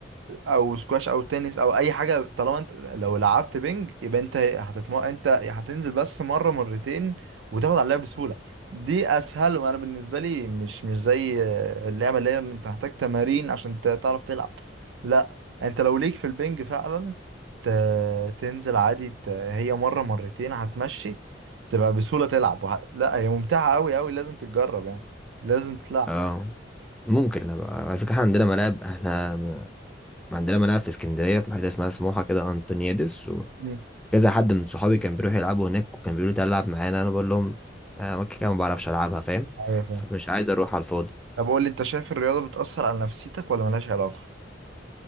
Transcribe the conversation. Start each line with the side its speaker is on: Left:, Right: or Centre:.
Right: او سكواش او تنس او اي حاجه طالما انت لو لعبت بينج يبقى انت هتتم... انت هتنزل بس مره مرتين وتاخد عليها بسهوله دي اسهل وانا بالنسبه لي مش مش زي اللعبه اللي هي انت محتاج تمارين عشان ت- تعرف تلعب لا انت لو ليك في البينج فعلا ت... تنزل عادي ت... هي مره مرتين هتمشي تبقى بسهوله تلعب وه... لا هي ممتعه قوي قوي لازم تتجرب يعني لازم تلعب
Centre: اه ممكن ابقى بس احنا عندنا ملاعب احنا م- عندنا ملاعب في اسكندرية في حتة اسمها سموحة كده انطونيادس
Right: مم.
Centre: كذا حد من صحابي كان بيروح يلعبوا هناك وكان بيقولوا تعالى العب معانا انا بقول لهم "آه، انا مكة كده ما بعرفش العبها فاهم
Right: ايوه
Centre: فمش عايز اروح على الفاضي
Right: طب قول لي انت شايف الرياضة بتأثر على نفسيتك ولا ملهاش علاقة؟